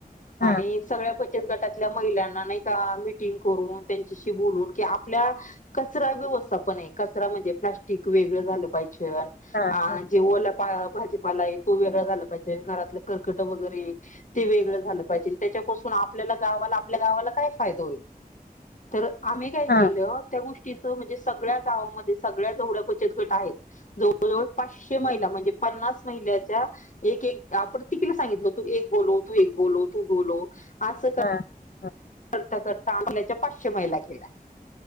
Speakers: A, on the left; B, on the left.
A: हा
B: आणि सगळ्या गटातल्या महिलांना नाही का, मिंटिंग करून त्यांच्याशी बोलून क आपल्या कच कसा पण कचरा म्हणजे प्लँस्टिक वेगळं झालं पाहिजे.
A: हा हा
B: जे ओला भाजीपाला आहे, तो वेगळा झाला. घरातलं खरकट वगैरे ते वेगळ झालं पायजेल, त्याच्यापासून आपल्याल्या गावाला आपल्या गावाला काय फायदा होईल, तर आम्ही काय
A: हां,
B: केल. म्हणजे सगळ्या गावामध्ये सगळ्या जेवढ्या बचत गट आहेत जवळ-जवळ पाचशे महिला म्हणजे पन्नास महिन्याच्या एक एक आपण तिकीला सांगितलं तू एक बोलो तू एक बोलो तू बोलो असं.
A: हां, हां.
B: करता करता आपल्याच्या पाचशे महिला गेल्या.